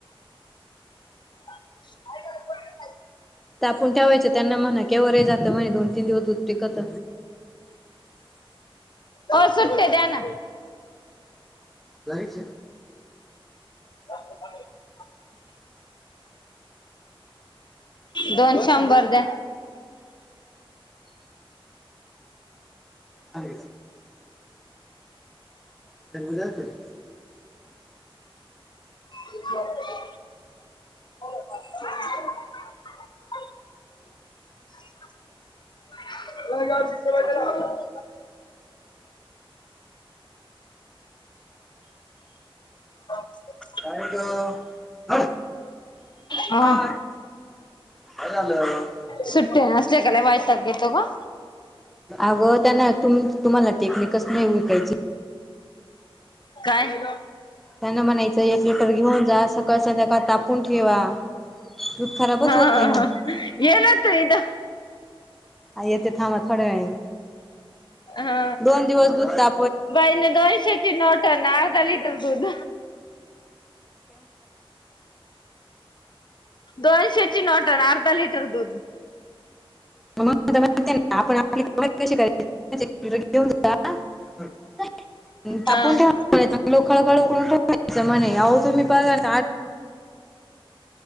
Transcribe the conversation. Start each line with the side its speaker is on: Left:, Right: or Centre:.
Left: <inaudible>
Centre: तापून ठेवायचं त्यांना म्हणा, के वरे जातं म्हणे दोन- तीन दिवस दूध टिकत.
Left: ओ सुट्टे द्या ना.
Centre: जायच?
Left: <inaudible> दोन शंभर द्या.
Centre: अ <unintelligible> त्या जात <unintelligible>
Left: <inaudible> का? <unintelligible> <unintelligible>
Centre: काय गं, हाड
Left: हा
Centre: काय, काय झालं?
Left: सुट्टी असले, की लय वैताग येतो ग.
Centre: अगं त्यांना तु तुम्हाला टेक्निकच नाही काही विकाय
Left: काय?
Centre: त्यांना म्हणायचं एक लिटर घेऊन जा सकाळ, संध्याकाळ तापून ठेवा. दूध खराबच
Left: हा
Centre: होत नाही म्हण
Left: ह येनत तू इथं.
Centre: येते थांब थोड्या वेळानी
Left: हा
Centre: दोन दिवस दुध ता
Left: बाईने दोनशे. नो टन अर्धा लिटर दूध. दोनशेची नोट आनं अर्धा लिटर दूध.
Centre: आपण आपली कम कशी करायची घेऊन जा आता- <unintelligible> तापून
Left: हा
Centre: ठेवा म्हणायचं..., खळखळ उकळवून ठेवायच, म्हणे अहो.... तुम्ही परवा <inaudible>